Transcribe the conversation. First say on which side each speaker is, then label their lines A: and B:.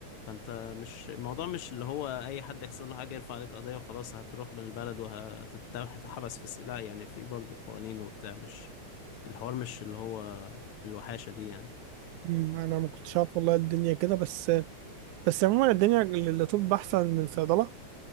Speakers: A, on the left (about 75°); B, on the right (about 80°).
A: فأنت مش الموضوع مش اللي هو أي حد يحصل له حاجة يرفع عليك قضية وخلاص هتروح من البلد وهتتحبس في الس... لا يعني في برضه قوانين وبتاع مش الحوار مش اللي هو بالوحاشة دي يعني
B: مم. انا ما كنتش عارف والله الدنيا كده بس بس عموما الدنيا للطب احسن من صيدله